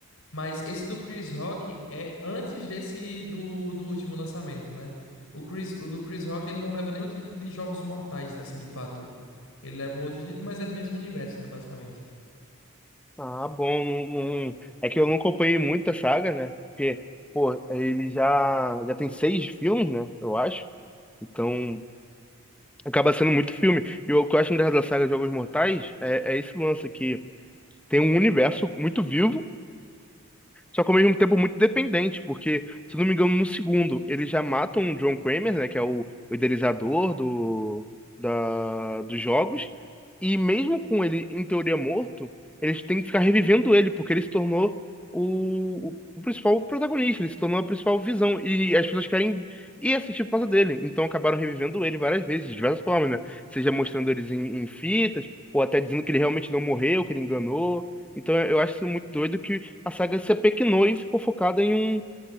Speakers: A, on the left; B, in the centre.
A: Mas esse do Chris Rock é antes desse do, do último lançamento, né? O Chris, o do Chris Rock ele não leva nem o título de Jogos Mortais, assim, de fato. Ele leva um outro título, mas é do mesmo universo, né, basicamente.
B: Ah, bom. não- não- É que eu não acompanhei muita saga, né? Porque, pô, ele já, já tem seis filmes, né? Eu acho. Então, acaba sendo muito filme. E o que eu acho engraçado da saga Jogos Mortais é, é esse lance que tem um universo muito vivo. Só que ao mesmo tempo muito dependente, porque, se não me engano, no segundo, eles já matam o John Kramer, né, que é o, o idealizador do, da, dos jogos, e mesmo com ele, em teoria, morto, eles têm que ficar revivendo ele, porque ele se tornou o, o, o principal protagonista, ele se tornou a principal visão, e as pessoas querem ir assistir por causa dele, então acabaram revivendo ele várias vezes, de diversas formas, né, seja mostrando eles em, em fitas, ou até dizendo que ele realmente não morreu, que ele enganou, então eu acho isso muito doido que a saga se apequenou e ficou focada em um,